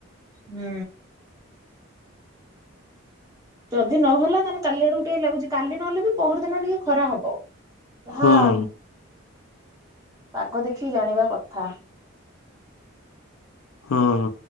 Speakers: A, on the right; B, on the left.
A: ହୁଁ। ଯଦି ନହେଲା ତାହେନେ କାଲି ଆଡେକୁ ଟିକେ ଲାଗୁଚି କାଲି ନହେଲେ ବି ପହରଦିନ ଟିକେ ଖରା ହବ।
B: ହୁଁ
A: ହଁ
B: ହୁଁ
A: ପାଗ ଦେଖି ଜାଣିବା କଥା।
B: ହୁଁ।